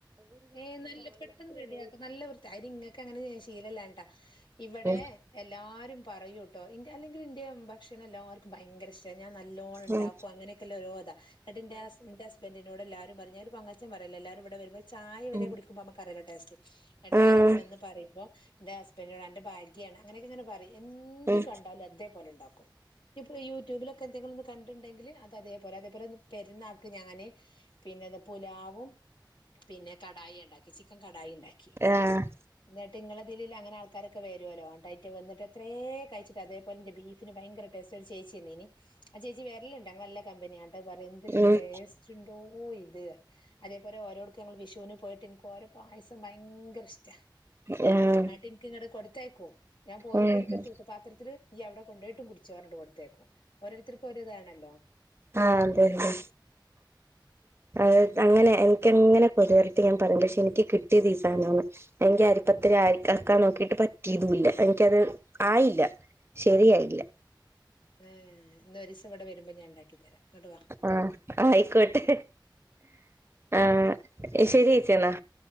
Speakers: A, on the left; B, on the right.
A: ഏയ് നല്ല പെട്ടെന്ന് റെഡിയാക്ക നല്ല വൃത്തി അയിന് ഇങ്ങക്ക് അങ്ങനെ ചെയ്യ ശീലല്ലാഞ്ഞിട്ട ഇവിടെ
B: ഉം
A: എല്ലാരും പറയൂ കേട്ടോ ഇൻ്റെ അല്ലെങ്കിൽ ഇൻ്റെ ഭക്ഷണം എല്ലാവർക്കും ഭയങ്കര ഇഷ്ട ഞാൻ നല്ലോണ്ണം ഉണ്ടാക്കും
B: ഉം
A: അങ്ങനെയൊക്കെല്ല ഓരോതാ എന്ന്ട്ട് ഇൻ്റെ ഹസ് ഹസ്ബ ഹസ്ബൻ്റിനോട്എല്ലാരും പറഞ്ഞ് ഞാന് ഒരു പൊങ്ങച്ചം പറയല്ലാ എല്ലാരും ഇവിടെ വരുമ്പം ചായ വരെ
B: ഉം
A: കുടിക്കുമ്പം നമുക്കറിയല്ലോ ടേസ്റ്റ്. എന്നട്ട്
B: ഉം ആഹ്
A: ഓരൊക്കെ വന്ന് പറയുമ്പോ എന്റെ ഹസ്ബൻ്റ്നോട് അന്റെ ഭാഗ്യ ആണ് അങ്ങനൊക്കെ അങ്ങനെ പറയും. എന്ത്
B: ഉം
A: കണ്ടാലും അതേപോലെ ഉണ്ടാക്കും ഇപ്പൊ യൂട്യൂബിലൊെ എന്തെങ്കിലും കണ്ടിണ്ടെങ്കിൽ അത് അതേപോലെ അതേ പോലെ പെരുന്നാക്ക് ഞാൻ പിന്നെന്താ പുലാവും. പിന്നെ കടായി ഉണ്ടാക്കി ചിക്കൻ കടായി ഉണ്ടാക്കി.
B: ആഹ്
A: എന്നിട്ട് ഇങ്ങളെ ഇതീല്ള്ള അങ്ങനെ ആൾക്കാരൊക്കെ വരുല്ലോ ന്ന്ട്ട് അയിറ്റ വന്ന്ട്ട് എത്ര കഴിച്ചിട്ട് അതേപോലെൻ്റെ ബീഫ്. പിന്നെ ഭയങ്കര ടേസ്റ്റ് ഒരു ചേച്ചി വന്നീനി ആ ചേച്ചി വരെല്ലാംണ്ട് ഞങ്ങളല്ല കമ്പനിയ. അഹ് പറിം എന്തര്
B: ഉം
A: ടേസ്റ്റ് ഉണ്ടോ ഇത് റിം അതേപലെ ഓരോ ഞങ്ങള് വിഷുവിന് പോയിട്ട് ഇന്ക്ക് ഓരോ പായസം ഭയങ്കര ഇഷ്ട.
B: ആഹ്
A: ആട്ട് ഇന്ക്ക് ഇങ്ങട്ട് കൊടുത്തയക്കും ഞാൻ പോരുമ്പോ
B: ഉം
A: ഇന്ക്കൊരു തൂ പാത്രത്തില് ഇയ്യ് അവിടെ കൊണ്ടോയിട് കുടിച്ചേർഞ്ഞിട്ട് കൊടുത്തയക്കും. ഓരോരുത്തർക്കും ഒരോ ഇതാണല്ലോ...
B: ആഹ അതെ അതെ. അഹ് അങ്ങനെ എനിക്കങ്ങനെ കൊതിവരട്ടി ഞാൻ പറിം പക്ഷേ എനിക്ക് കിട്ടിയത് ഈ സാധനമാണ്. എനിക്ക് അരിപ്പത്തിരി അരക്കാൻ നോക്കിട്ട് പറ്റിയതുല്ല എനിക്കത് ആയില്ല. ശരിയായില്ല
A: <unintelligible> ഇവിടെ വരുമ്പോ ഞാൻ ഉണ്ടാക്കി തരാം ഇങ്ങട്ട് വാ
B: ആഹ ആയിക്കോട്ടെ. ആഹ ശരി ചേച്ചി ന്നാ.